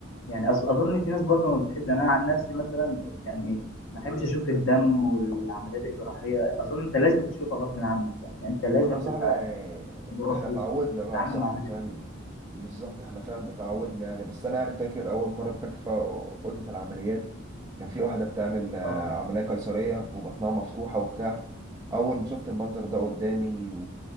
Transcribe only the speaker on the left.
يعني أظ- اظن في ناس برضه ما بتحب يعني انا عن نفسي مثلا
يعني ما احبش اشوف الدم والعمليات الجراحيه اظن انت لازم تشوفها غصب عنك صح يعني انت لازم
تبقى
باصص
تتعامل
مع الحاجات
دي
اه